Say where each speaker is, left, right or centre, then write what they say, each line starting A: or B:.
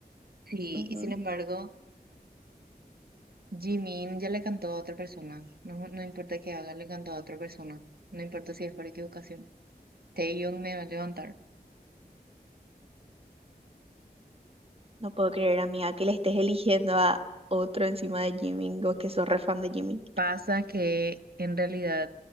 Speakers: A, on the right; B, on the right.
A: sí,
B: Ujú.
A: y sin embargo, Jimin ya le cantó a otra persona. No, no importa que haga, le cantó a otra persona. No importa si es por equivocación. Taeyeon me va a levantar.
B: No puedo creer, amiga, que le estés eligiendo a otro encima de Jimin, o que sos re fan de Jimin.
A: Pasa que en realidad